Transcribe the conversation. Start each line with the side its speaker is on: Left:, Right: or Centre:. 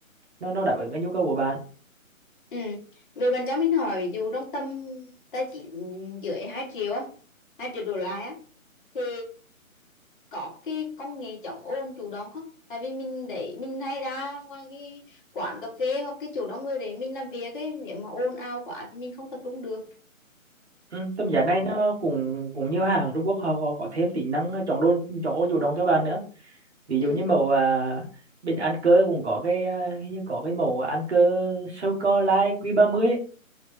Right: nó nó đáp ứng cái nhu cầu của bạn
Left: ừ về bạn cho mình hỏi ví dụ trong tầm tài chính dưới 2 triệu á 2 triệu đổ lại á thì có cái công nghệ chống ồn chủ động không tại vì mình để mình hay ra ngoài cái quán cà phê hoặc cái chỗ đông người để mình làm việc ấy nếu mà ồn ào quá thì mình không tập trung được
Right: ừ, tầm giá này nó cũng cũng nhiều hàng Trung Quốc họ có, có thêm tính năng chọn đôn chọn ôn chủ động cho bạn nữa ví dụ
Left: ừ
Right: như màu à, bên ăn cơ cũng có cái à, hình như có cái màu ăn cơ sô cô la Q30 ấy.